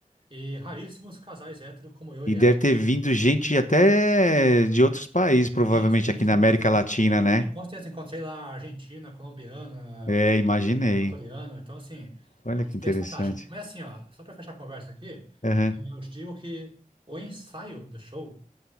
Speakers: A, on the right; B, on the left.
A: e raríssimos casais héteros como eu e
B: E
A: ela.
B: deve ter vindo gente até de outros países, provavelmente
A: Sim, sim,
B: aqui
A: sim.
B: na América Latina, né?
A: Sim, com certeza, encontrei lá argentina, colombiana,
B: É,
A: co-
B: imaginei.
A: equatoriano, então, assim,
B: Olha
A: foi uma
B: que
A: experiência
B: interessante.
A: fantástica. Mas, assim, ó, só para fechar a conversa aqui,
B: Aham,
A: eu te digo que o ensaio do show,